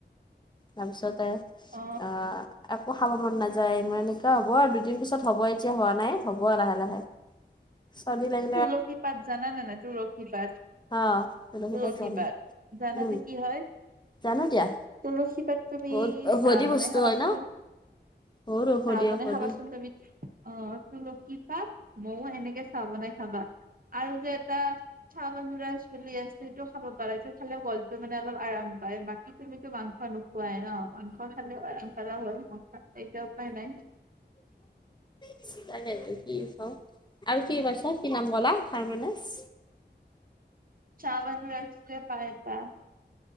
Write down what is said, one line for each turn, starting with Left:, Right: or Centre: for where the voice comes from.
Left: তাৰপিছতে
Right: অ
Left: আহ আকো খাব মন নাযায় মোৰ এনেকুৱা হ'ব আৰু দুদিন পিছত হ'ব এতিয়া হোৱা নাই হ'ব লাহে লাহে <unintelligible> চৰ্ডি লাগে
Right: তুলসী পাত জানা নাই নাই তুলসী পাত
Left: অ তুলসী
Right: তুলসীপাত
Left: পাত জানো
Right: জানানে
Left: উম
Right: নাই কি হয়
Left: জানো দিয়া
Right: তুলসী পাত তুমি
Left: বহুত ঔষধি
Right: চাহ বনাই
Left: বস্তু
Right: খাবাচোন
Left: হয় ন বহুত ঔষধি
Right: চাহ বনাই
Left: ঔষধি
Right: খাবাচোন তুমি অ তুলসী পাত মইয়ও সেনেকে চাহ বনাই খাবা আৰু যে এটা চাহ <unintelligible> বুলি আছে সেইটোও খাব পাৰা এইটো খালে গলটো মানে অলপ আৰাম পায় বাকী তুমিতো মাংস নোখোৱা খুৱাই ন মাংস খালেও <unintelligible> হয় মা এইতিয়া উপায় নাই
Left: কি হয় ন আৰু কি কৈছা কি নাম কলা <unintelligible>
Right: <unintelligible> পাই এটা